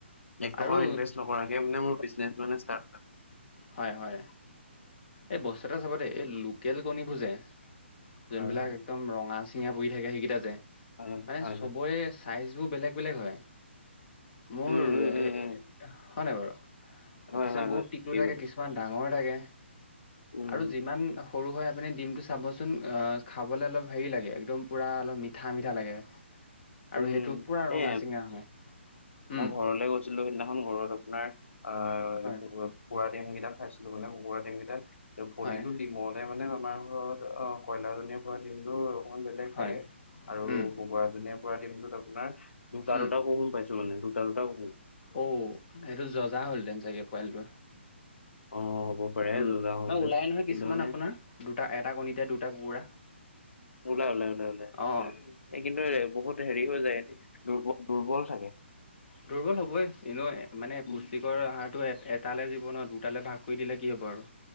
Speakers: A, on the left; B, on the left.
A: এক টকা
B: আৰু
A: ইনভেষ্ট নকৰাকে মানে মোৰ বিজনেচ মানে ষ্টাৰ্ট
B: হয়-হয় এই বস্তু এটা চাব দেই এই লোকেল কণীবোৰ যে যোনবিলাক
A: হয়
B: একদম ৰঙা-চিঙা পৰি থাকে যে সেইকেইটা যে
A: হয়
B: মানে
A: হয়
B: চবৰে
A: হয় হয়
B: চাইজ বোৰ বেলেগ-বেলেগ হয়। মোৰ
A: উম উম উম
B: এ
A: উম
B: হয় নাই বাৰু।
A: হয়
B: কিছুমান
A: হয়
B: বহুত
A: হয়
B: টিকলো
A: ঠিকে
B: থাকে,
A: কৈছে
B: কিছুমান ডাঙৰ থাকে।
A: উম
B: আৰু যিমান সৰু হৈ আপুনি ডিমটো চাবচোন খাবলে অলপ হেৰি লাগে একদম পূৰা অলপ মিঠা-মিঠা লাগে। আৰু
A: উম,
B: সেইটো পুৰা ৰঙা
A: এ
B: চিঙা হয়
A: মই
B: উম
A: ঘৰলে গৈ ছিলো সিদিনাখন ঘৰত আপোনাৰ আহ,
B: হয়
A: কুকুৰা ডিমকেইটা খাইছিলো, মানে কুকুৰা ডিমকেইটা প্ৰতিটো
B: হয়
A: ডিমত মানে আমাৰ ঘৰত অ, কয়লাজনীয়ে পৰা ডিমটো অকমান বেলেগ
B: হয়
A: থাকে আৰু
B: উম
A: কুকুৰাজনীয়ে পৰা ডিমটোত আপোনাৰ দুটা-দুটা
B: উম
A: কুহুম পাইছে। মানে দুটা-দুটা কুহুম।
B: অ, এইটো যজা হ'লহঁতেন চাগে পোৱালিটো।
A: অঁ হ'ব পাৰে
B: উম
A: যজা হলহেঁতেন
B: ন ওলাই নহয়
A: কিন্তু
B: কিছুমান
A: মানে
B: আপোনাৰ দুটা এটা কণীতে দুটা কুকুৰা।
A: ওলাই ওলাই ওলাই ওলাই
B: অ
A: এই কিন্তু বহুত হেৰিও যায় এ দুৰ্বল দুৰ্বল থাকে।
B: দুৰ্বল হ'বই এনেও মানে
A: উম
B: পুষ্টিকৰ আহাৰটো এটালৈ জিব ন দুটালৈ ভাগ কৰি দিলে কি হ'ব আৰু।